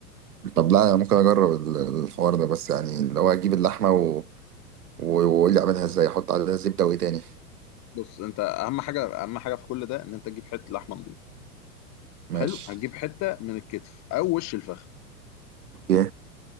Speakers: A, on the right; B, on the left.
A: طب لا انا ممكن اجرب ال- الحوار ده بس يعني اللي هو اجيب اللحمه و... و- واقول لي اعملها ازاي احط عليها زبده وايه تاني
B: بص انت اهم حاجه اهم حاجه في كل ده ان انت تجيب حته لحمه نظيفه
A: ماشي
B: حلو هتجيب حته من الكتف او وش الفخذ
A: اوكي